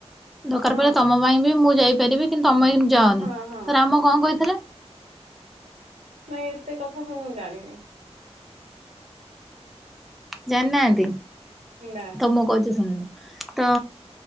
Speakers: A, in the centre; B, on the right.
A: ଦରକାର
B: ହଁ।
A: ପଡିଲେ ତୋମ ପାଇଁ ବି ମୁଁ ଯାଇପାରିବି କିନ୍ତୁ ତୋମେ ଯାଅନି,
B: ହଁ ହଁ
A: ତ ରାମ କଣ କହିଥିଲେ?
B: ନାଇଁ ଏତେ କଥା ମୁଁ ଜାଣିନି।
A: ଜାଣିନାହାନ୍ତି,
B: ନା।
A: ତ ମୁଁ କହୁଛି ଶୁଣନ୍ତୁ ତ